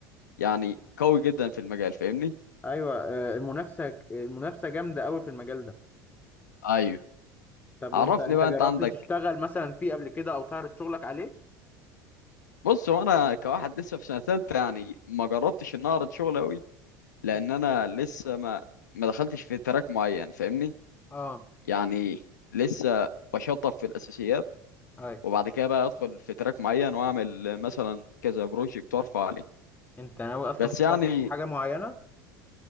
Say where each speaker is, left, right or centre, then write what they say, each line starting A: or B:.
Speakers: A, on the left (about 70°); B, on the left (about 15°).
A: يعني قوي جدا في المجال فاهمني
B: ايوه آه، المنافسه المنافسه جامده قوي في المجال ده
A: ايوه
B: طب
A: عرفني
B: وانت انت
A: بقى
B: جربت
A: انت عندك
B: تشتغل مثلا فيه قبل كده او تعرض شغلك عليه
A: بص هو انا كواحد لسه في سنه ثالثه يعني ما جربتش ان أنا اعرض شغل قوي
B: مم.
A: لان انا لسه ما ما دخلتش في تراك معين فاهمني
B: اه
A: يعني لسه بشطب في الاساسيات
B: اي
A: وبعد كده بقى ادخل في تراك معين واعمل مثلا كذا بروجكت وارفع عليه
B: انت ناوي اصلا
A: بس
B: تتخصص
A: يعني
B: في حاجه معينه